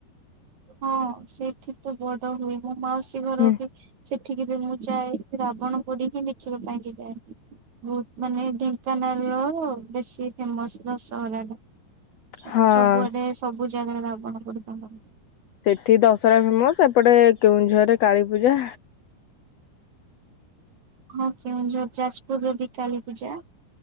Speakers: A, on the right (about 50°); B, on the left (about 85°).
A: ହଁ ସେଠି ତ ବଡ ହୁଏ ମୁଁ ମାଉସୀ ଘର
B: ହୁଁ
A: ବି ସେଠ ଠିକି ବି ମୁଁ ଯାଏ ରାବଣ ପୋଡି ହିଁ ଦେଖିବା ପାଇଁକି ଯାଏ ବହୁତ ମାନେ ଢେଙ୍କାନାଳ ନୋ ବେଶୀ ଫେମସ ଦଶହରା ଟା ସ
B: ହଁ
A: ସବୁ ଆଡେ ସବୁ ଜାଗାରେ ରାବଣ ପୋଡିଟା ଭ
B: ସେଠି ଦଶହରା ଫେମସ ଏପଟେ କେଉଁଝର ରେ କାଳୀ ପୂଜା।
A: ହ କେଉଁଝର ଯାଜପୁର ରେ ବି କାଳୀ ପୂଜା।